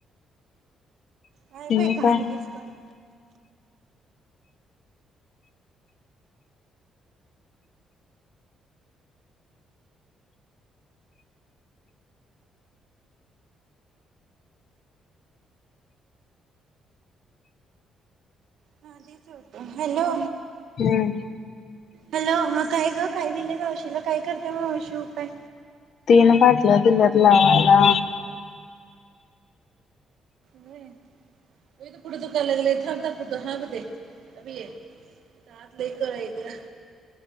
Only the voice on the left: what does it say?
तिने
काय
हम्म
तीन बाटल्या दिल्यात लावायला.